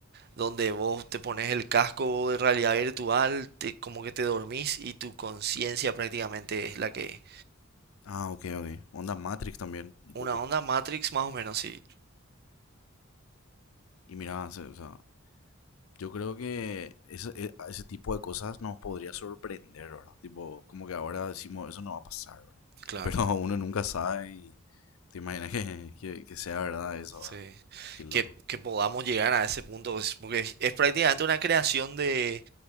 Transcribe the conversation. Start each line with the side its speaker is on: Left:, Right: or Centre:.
Right: donde vos te pones el casco de realidad virtual, te- como que te dormís y tu conciencia prácticamente es la que...
Left: Ah, ok, ok. Ondas Matrix también, un
Right: Una
Left: poco.
Right: onda Matrix más o menos, sí,
Left: Y mira, se- o sea, yo creo que ese, e- ese tipo de cosas nos podría sorprender, ¿verdad? Tipo, como que ahora decimos, eso no va a pasar, ¿verdad? <laughs>
Right: claro.
Left: Pero uno nunca sabe y te imaginas que, que, que sea verdad eso,
Right: Sí.
Left: ¿verdad? Qué loco.
Right: Que, que podamos llegar a ese punto, pues, porque es es prácticamente una creación de